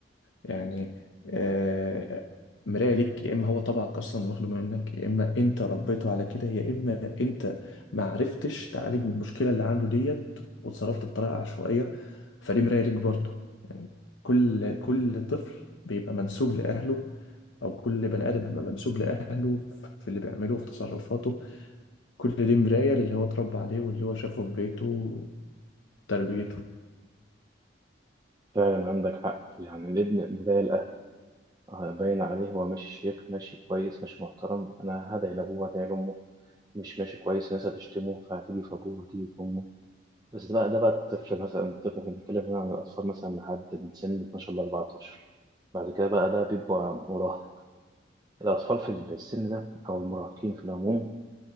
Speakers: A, on the left; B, on the right.
A: يعني آه مراية ليك يا اما هو طبعك اصلا واخده منك يا اما انت ربيته على كده يا اما انت ما عرفتش تعالج من المشكلة اللي عنده ديت وتصرفت بطريقة عشوائية فدي مراية ليك برضه يعني كل كل طفل بيبقى منسوب لأهله أو كل بني آدم بيبقى منسوب لأهله في اللي بيعمله في تصرفاته كل دي مراية للي هو اتربى عليه واللي هو شافه في بيته وتربيته
B: فعلا عندك حق يعني الابن مراية الأهل آه، باين عليه هو ماشي شيخ ماشي كويس ماشي محترم أنا هدعي لأبوه هدعي لأمه مش ماشي كويس الناس هتشتمه فهتيجي في أبوه هتيجي في أمه بس ده بقى ده بقى الطفل مثلا الطفل احنا بنتكلم هنا عن الأطفال مثلا لحد من سن 12 ل 14 بعد كده بقى ده بيبقى مراهق الأطفال في السن ده أو المراهقين في العموم